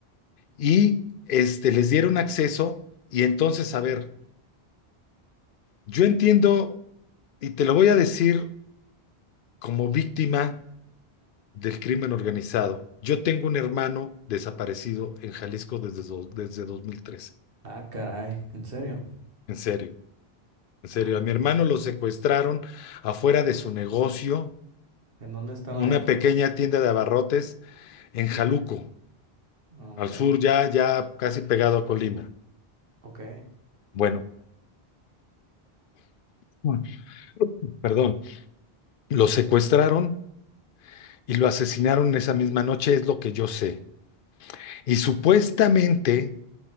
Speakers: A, on the left (about 60°); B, on the right (about 60°).
A: Y este, les dieron acceso, y entonces, a ver, yo entiendo, y te lo voy a decir como víctima del crimen organizado. Yo tengo un hermano desaparecido en Jalisco desde, do- desde 2013.
B: Ah, caray, ¿en serio?
A: En serio, en serio.
B: Ay,
A: A mi
B: qué...
A: hermano lo secuestraron afuera de su negocio,
B: ¿En dónde estaba
A: una
B: él?
A: pequeña tienda de abarrotes en Jaluco,
B: Ok.
A: al sur, ya, ya casi pegado a Colima.
B: Ok.
A: Bueno, Mm. perdón, lo secuestraron y lo asesinaron esa misma noche, es lo que yo sé. Y supuestamente